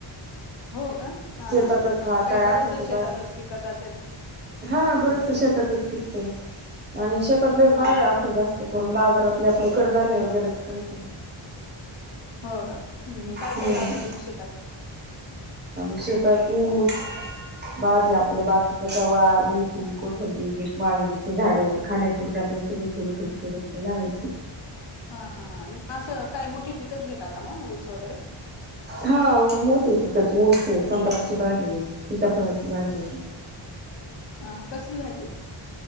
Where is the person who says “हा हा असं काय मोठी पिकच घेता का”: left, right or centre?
Left